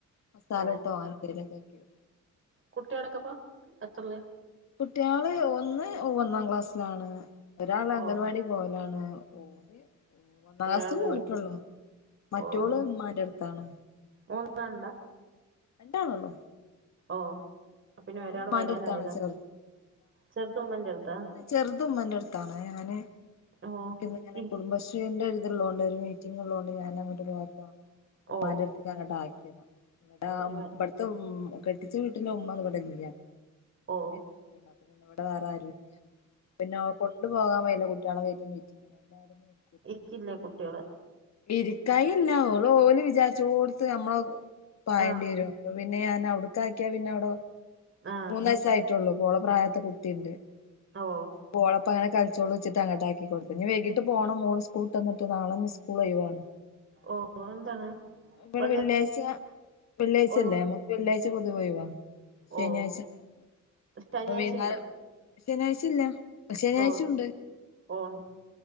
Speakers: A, on the left; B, on the right.
A: മസാലട്ടോ
B: ഓ
A: അങ്ങനെന്തേലൊക്കെ ആക്കി വെ
B: കുട്ടികളൊക്കെപ്പം എത്രല്ലാ
A: കുട്ട്യാള് ഒന്ന് ഒന്നാം ക്ലാസ്സ്ലാണ് ഒരാള് അങ്കൽവാടി
B: ഓ
A: പോവലാണ് ഓഹ് ഒന്നാം
B: ഇപ്പൊ
A: ക്ലാസ്ത്തത്
B: ഒരാൾ വേറെ
A: പോയിട്ടാെള്ളൂ മറ്റോള്
B: ഓ ഇനി
A: മ്മാന്റെട്ത്താണ്
B: മൂന്നാളുണ്ടാ
A: രണ്ടാളൊള്ളൂ
B: ഓഹ് പ്പ പിന്നെ
A: ഓളും
B: ഒരാള്
A: ഉമ്മാന്റെ
B: വരാനായ്ലേ
A: അടുത്താണ് ചെറുത്
B: ചെർത് ഉമ്മെന്റെട്ത്താ
A: ചെർത് ഉമ്മെന്റെട്ത്താണ് ഞാന്
B: ഓ
A: ൻക്ക്ന്ന്ങ്ങനെ
B: ഇരി
A: കുടുംബ ശ് ഷീന്റെര്ത്ള്ളോണ്ട് ഒര് മീറ്റിങ്ങ് ള്ളാേണ്ട് ഞാനങ്ങട്ട് പോയപ്പോ ഉമ്മാന്റെട്
B: ഓ
A: ത്ത്ക്കങ്ങട്ട് ആക്ക്യതാ ഇവടാ
B: ഓ ഒരു വ-
A: ഇബ്ട്ത്തെ ഉം കെട്ടിച്ച വീട്ട്ലെ ഉമ്മവ്ടെ ഇല്ലാ
B: ഓഹ്
A: പിന്നെ അപ്പ പിന്നെ ഇവിടെ വേറാരൂല്ല്യ. പിന്നെ ഓ കൊണ്ടു പോകാൻ വയ്ല കു ട്ട്യാളെ കേറ്റും മീറ്റിങ്ങിന് <unintelligible>
B: ഇര്ക്കില്ലേ കുട്ടിയേള്
A: ഇരിക്കായി ഇല്ല ഓള് ഓല് വിചാരിച്ചോട്ത്ത് നമ്മള് പായണ്ടി
B: ആ
A: വരും. അപ്പ പിന്നെ ഞാൻ ഔട്ക്കാക്കിയാ പിന്നെ ഔടൊ
B: ആഹ്
A: മൂന്നയസായിട്ടൊള്ളൂ. ഇപോ ഓള പ്രായത്ത് കുട്ടിണ്ട്.
B: ഓ
A: അപോളപ്പങ്ങനെ കൾ ചോളു വെച്ചിട്ട് അങ്ങട്ടാക്കി കൊടുത്ത് ഇനി വൈകിട്ട് പോണം മോളു സ്കൂൾട്ട് വന്നിട്ട് നാളെ ഞ് സ്കൂൾ ഒഴിവാണ്.
B: ഓ എന്താണ്
A: ഇവിടെ
B: പള്ളി
A: വെള്ളിയാഴ്ച, വെള്ളിയാഴ്ചെല്ലേ
B: ഒഴിവാ
A: നമ വെള്ളിയാഴ്ച പൊതു ഒഴിവാ ശനിയാഴ്ച
B: ഓ
A: ണ്ടാവും.
B: ശനിയാഴ്ച
A: അപ്പൊ വൈന്നാരം ശനിയാഴ്ച ഇല്ല. ശനിയാഴ്ച
B: ഓഹ്
A: ഉണ്ട്
B: ഓഹ്